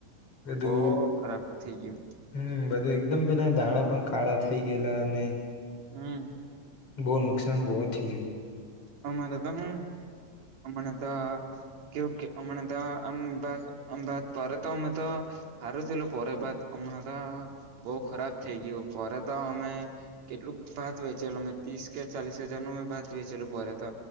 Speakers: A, on the left; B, on the right.
A: બધું
B: બહ ખરાબ. થય ગયું.
A: હમ બધું એકદમ પેલા દાણા પણ કાળા થઈ ગયેલા અને
B: હમ.
A: બવ નુકસાન, બહુ થયું
B: અમારે તો હું, હમણાં તો કેવું કે હમણાં તો આમ ભાત પરે તો અમે તો હારું થયેલું પોરે ભાત, હમણાં તો બહુ ખરાબ થઇ ગયું પોરે તો અમે કેટલુંક ભાત વેચેલું અમે ત્રીસ કે ચાલીસ હજાર નો ભાત વેચેલું પોરે તો